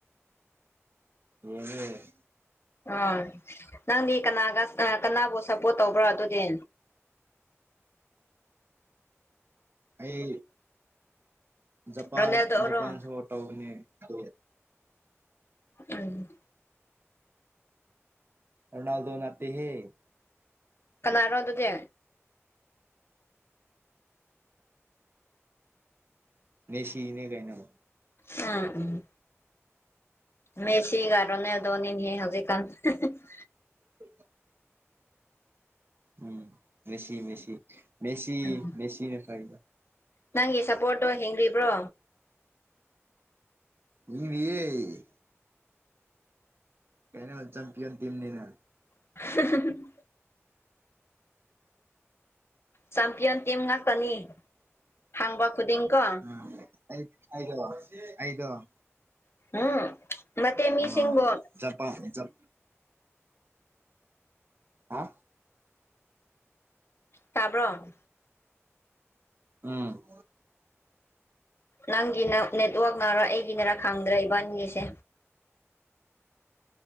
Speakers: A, on the right (about 50°); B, on the left (about 55°).
A: ꯌꯦꯡꯉꯦ
B: ꯑꯪ ꯅꯪꯗꯤ ꯀꯅꯥꯒ <unintelligible> ꯀꯅꯥꯕꯨ ꯁꯞꯄꯣꯔꯠ ꯇꯧꯕ꯭ꯔꯥ ꯑꯗꯨꯗꯤ
A: ꯑꯩ ꯖꯄꯥꯟ
B: ꯔꯣꯅꯦꯜꯗꯣꯔꯣ
A: ꯖꯄꯥꯟ ꯁꯄꯣꯔꯠ ꯇꯧꯕꯅꯤ ꯑꯗꯨ
B: ꯎꯝ
A: ꯔꯣꯅꯥꯜꯗꯣ ꯅꯠꯇꯦꯍꯦ
B: ꯀꯅꯥꯔꯣ ꯑꯗꯨꯗꯤ
A: ꯃꯦꯁꯤꯒꯤꯅꯦ ꯀꯩꯅꯣ
B: ꯎꯝ ꯃꯦꯁꯤꯒꯥ ꯔꯣꯅꯥꯜꯗꯣꯅꯤ ꯅꯍꯦ ꯍꯧꯖꯤꯛ ꯀꯥꯟ <unintelligible>
A: <unintelligible> ꯎꯝ ꯃꯦꯁꯤ ꯃꯦꯁꯤ ꯃꯦꯁꯤ
B: ꯎꯝ
A: ꯃꯦꯁꯤꯅꯥ ꯐꯩꯕꯥ
B: ꯅꯪꯒꯤ ꯁꯥꯄꯣꯔꯠꯇꯣ ꯍꯤꯡꯔꯤꯕ꯭ꯔꯣ
A: ꯍꯤꯡꯔꯤꯌꯦ ꯀꯩꯅꯣ ꯆꯝꯄꯤꯌꯣꯟ ꯇꯝꯅꯤꯅꯥ
B: <unintelligible> ꯆꯝꯄꯤꯌꯣꯟ ꯇꯤꯝ ꯉꯥꯛꯇꯥꯅꯤ ꯍꯪꯕꯥ ꯈꯨꯗꯤꯡ ꯀꯣ
A: ꯎꯝ ꯑꯩ <unintelligible> ꯑꯩꯗꯣ
B: <unintelligible> ꯅꯠꯇꯦ ꯃꯤꯁꯤꯡꯕꯨ
A: ꯑꯥ ꯖꯄꯥꯟ ꯖꯞ ꯍꯥ
B: ꯇꯥꯕ꯭ꯔꯣ
A: ꯎꯝ
B: ꯅꯪꯒꯤꯅ ꯅꯦꯠꯋꯥꯛ ꯅꯥꯔꯥ ꯑꯩꯒꯤ ꯅꯥꯔꯥ ꯈꯪꯗ꯭ꯔꯦ ꯏꯕꯥꯟꯅꯤꯒꯤꯁꯦ